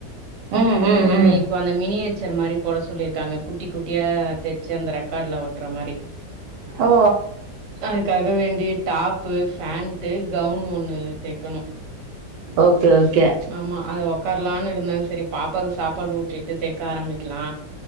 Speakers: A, on the right; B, on the right.
A: ம்
B: ஆ
A: ம் ம்
B: இப்போ அந்த மினியேச்சர் மாரி போட சொல்லிருக்காங்க குட்டி குட்டியா தச்சு அந்த ரெக்காட்ல ஓட்ற மாரி
A: ஓ
B: அதுக்காக வேண்டி டாப்பு பேண்ட்டு கவுன் ஒண்ணு தைக் கணு
A: ஓகே ஓகே
B: ஆமா அத ஓக் உக்கார்லான்னு இருந்த செரி பாப்பாவுக்கு சாப்பாடு ஊட்டிட்டு தெக்க ஆரம்பிக்கலா